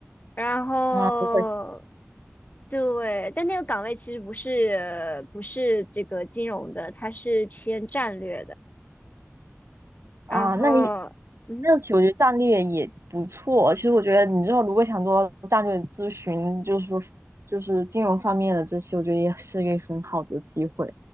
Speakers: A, on the left (about 35°); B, on the right (about 60°).
A: 然后，
B: 啊，不会
A: 对，但那个岗位其实不是不是这个金融的，它是偏战略的。
B: 啊，
A: 然后。
B: 那你
A: 嗯，
B: 那其实我觉得战略也不错。其实我觉得你之后如果想做战略咨询，就是说就是金融方面的这些，我觉得也是一个很好的机会。